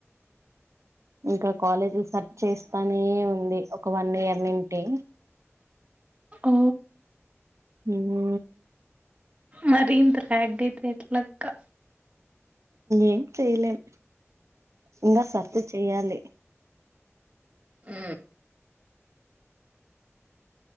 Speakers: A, on the right; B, on the right.
A: ఇంక కాలేజీలు సర్చ్ చేస్తానే ఉంది ఒక వన్ ఇయర్ నుంటి
B: ఓ
A: హు
B: మరి ఇంత <unintelligible> అయితే ఎట్లక్క
A: ఏం చెయలేం ఇంగ సర్చ్ చెయ్యాలి
B: ఉ